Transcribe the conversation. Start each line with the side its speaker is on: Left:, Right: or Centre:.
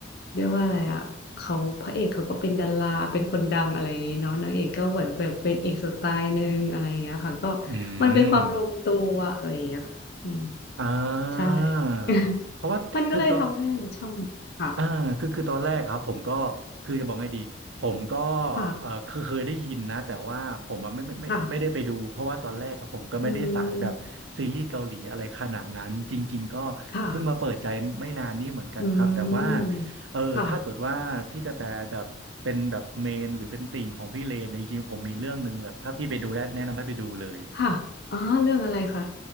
Left: เรียกว่าอะไรอะเขาพระเอกเขาก็เป็นดาราเป็นคนดังอะไรอย่างเงี้ยเนาะนางเอกก็เหมือนแบบเป็นอีกสไตล์หนึ่งอะไรอย่างเงี้ยค่ะก็
Right: อื
Left: มันเป็นความลงตัวอะไรอย่างเงี้ย
Right: ม
Left: อืม
Right: อ่า
Left: ใช่ <laughs>
Right: เพราะว่าคือตอน
Left: มัน <laughs> ก็เลยทำให้เราชอบค่ะ
Right: อ่าคือคือตอนแรกอะครับผมก็คือจะบอกไงดีผมก็
Left: ค่ะ
Right: เออเคยเคยได้ยินนะแต่ว่าผมอะไม่ไม่ไม่ไม่ได้ไปดูเพราะว่าตอนแรกอะผมก็ไม่ได้สายแบบซีรีส์เกาหลีอะไรขนาดนั้นจริงๆก็เพิ่งมาเปิดใจไม่นานนี่เหมือนกันครับแต่ว่า
Left: ค่ะอืมค่ะอืมค่ะ
Right: เออถ้าเกิดว่าพี่กระแตแบบเป็นแบบเมนหรือเป็นติ่งของพี่เลนเนี่ยจริงๆผมมีเรื่องหนึ่งแบบถ้าพี่ไปดูได้แนะนำให้ไปดูเลย
Left: <laughs> ค่ะอ๋อเรื่องอะไรคะ